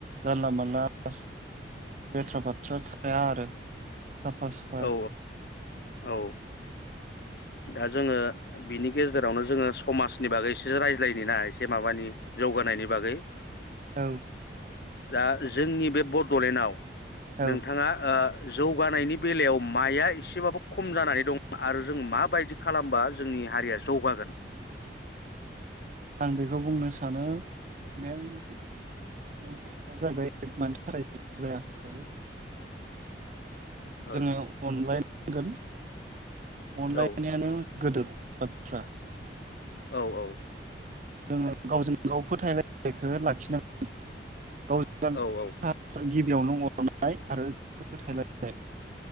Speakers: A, on the right; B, on the left.
A: जानला मानला लेथ्रा फाथ्रा थाया आरो साफा सुफा
B: औ औ दा जोङो बिनि गेजेरावनो जोङो समाजनि बागै एसे रायज्लायनि ना एसे माबानि जौगानायनि बागै
A: औ
B: दा जोंनि बे बड'लेण्डआव
A: औ
B: नोंथाङा ओ जौगानायनि बेलायाव माइआ एसेबाबो खम जानानै दं आरो जों मा बे बायदि खालामबा जोंनि हारिया जौगागोन
A: आं बेखौ बुंनो सानो मेन खोथाया जाहैबाय मानो थाखाय जौगायाखै
B: औ
A: जोङो अनलाइन गोन अनलायनायानो
B: औ
A: गोदोर आतसा
B: औ औ
A: जोङो गावजों गाव फोथायलायनायखौ लाखिनांगोन गाव
B: औ
A: <unintelligible> बेयावनो अननाय आरो फोथायलायनाय